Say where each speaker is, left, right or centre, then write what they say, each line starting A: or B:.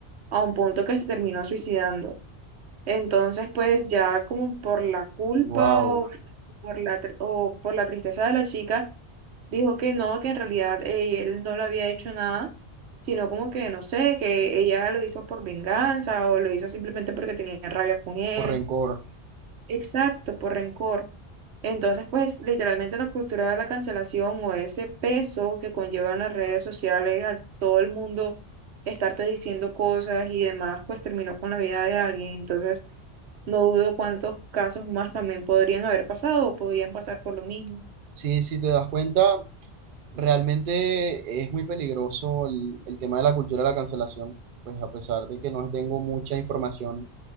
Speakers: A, on the right; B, on the right.
A: a un punto que se terminó suicidando. Entonces, pues ya como por la culpa
B: Wow,
A: o por la, tr- o por la tristeza de la chica, dijo que no, que en realidad eh, él no le había hecho nada, sino como que, no sé, que ella lo hizo por venganza o lo hizo simplemente porque tenía rabia con él.
B: por rencor.
A: Exacto, por rencor. Entonces, pues literalmente la cultura de la cancelación o ese peso que conllevan las redes sociales, a todo el mundo estarte diciendo cosas y demás, pues terminó con la vida de alguien. Entonces, no dudo cuántos casos más también podrían haber pasado o podrían pasar por lo mismo.
B: Sí, si te das cuenta, realmente es muy peligroso el, el tema de la cultura de la cancelación, pues a pesar de que no tengo mucha información